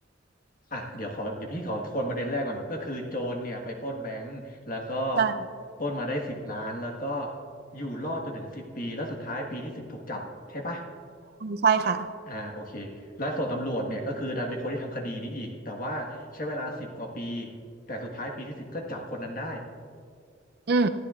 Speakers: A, on the left (about 45°); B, on the right (about 55°).
A: อ่ะเดี๋ยวขอเดี๋ยวพี่ขอทวนประเด็นแรกก่อน ก็คือโจรเนี่ยไปปล้นแบงก์แล้วก็
B: ใช่
A: ปล้นมาได้สิบล้านแล้วก็อยู่รอดจนถึงสิบปี แล้วสุดท้ายปีที่สิบถูกจับใช่ปะ
B: ใช่ค่ะ
A: อ่าโอเค แล้วส่วนตำรวจเนี่ยก็คือดันเป็นคนที่ทำคดีนี้อีกแต่ว่าใช้เวลาสิบกว่าปีแต่สุดท้ายปีที่สิบก็จับคนนั้นได้
B: อืม